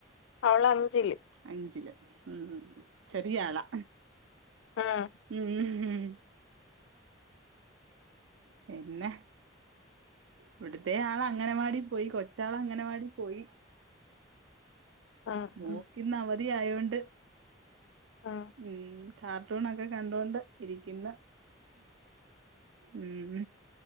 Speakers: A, on the left; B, on the right.
A: അവള് അഞ്ചില്.
B: അഞ്ചില് ഉം ചെറിയ ആളാ.
A: ആഹ്.
B: ഉം പിന്നെ. ഇവിടുത്തെ ആള് അങ്ങനവാടി പോയി കൊച്ചാൾ അങ്ങനവാടി പോയി.
A: ഉം
B: മോക്കിന്ന്‌
A: ഉം
B: അവധി ആയോണ്ട്
A: ഉം
B: ഉം കാർ ട്ടൂണൊക്കെ കണ്ടൊണ്ട് ഇരിക്കുന്ന് ഉം.